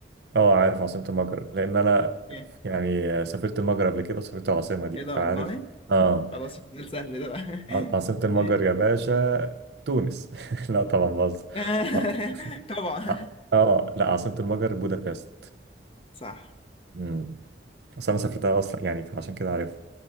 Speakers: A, on the right (about 65°); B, on the left (about 30°).
A: اه عارف عاصمة المجر لأن أنا
B: إيه
A: يعني سافرت المجر قبل كده وسافرت العاصمة دي
B: إيه ده
A: فعارف
B: والله
A: اه
B: خلاص السؤال سهل ده بقى <laughs>
A: ع- عاصمة المجر
B: إيه؟
A: يا باشا تونس <laughs> لا طبعا بهزر
B: <laughs>
A: اه
B: طبعا
A: اه آه، لا عاصمة المجر بودابست
B: صح
A: امم أصل أنا سافرتها أصلا يعني فعشان كده عارف